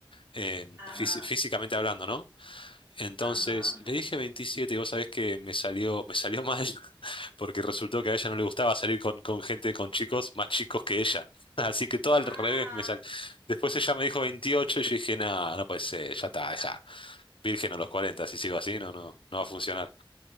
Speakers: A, on the left; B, on the right.
A: em,
B: Ajá,
A: fisi- físicamente hablando, ¿no? Entonces
B: ajá. ajá.
A: le dije 27 y vos sabés que me salió, me salió mal, <laughs> porque resultó que a ella no le gustaba salir con, con gente, con chicos más chicos que ella. <laughs> Así que todo al
B: Ah,
A: revés me salió. Después ella me dijo 28 y yo dije, no, no puede ser, ya está, deja. Virgen a los 40, si sigo así, no, no, no va a funcionar.